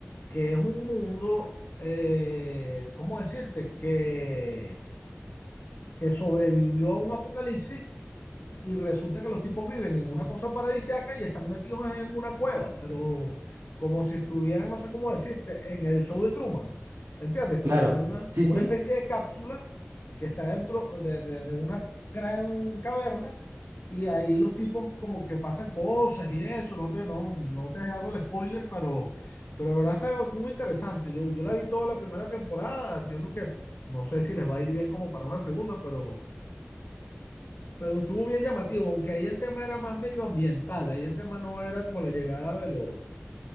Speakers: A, on the left; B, on the right.
A: que es un mundo, eh, ¿cómo decirte? Que, que sobrevivió a un apocalipsis y resulta que los tipos viven en una cosa paradisíaca y están metidos en una cueva, pero como si estuvieran, no sé cómo decirte, en el show de Truman, ¿entiendes? Como
B: claro.
A: una,
B: Sí,
A: como
B: sí.
A: una especie de cápsula que está dentro de, de- de una gran caverna y ahí los tipos como que pasan cosas y eso, no te, no, no te hago el spoiler, pero, pero de verdad está- estuvo interesante. Yo, yo la vi toda la primera temporada, entiendo que no sé si les va a ir bien como para una segunda, pero... Pero estuvo bien llamativo, aunque ahí el tema era más medioambiental, ahí el tema no era como la llegada de los,